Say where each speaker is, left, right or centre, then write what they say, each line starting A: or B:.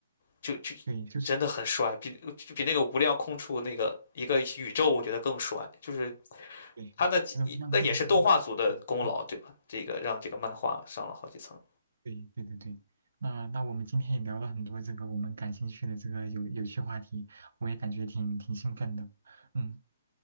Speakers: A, on the left; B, on the right.
A: 就就真的很帅，
B: 对，就是
A: 比就比那个无量空处那个一个宇宙我觉得更帅，就是。
B: 对，
A: 他那一那也是动画组的功劳，
B: 就是无量 <laughs> 无量。嗯
A: 对吧？这个让这个漫画上了好几层。
B: 对对对对，那那我们今天也聊了很多这个我们感兴趣的这个有有趣话题，我也感觉挺挺兴奋的。嗯，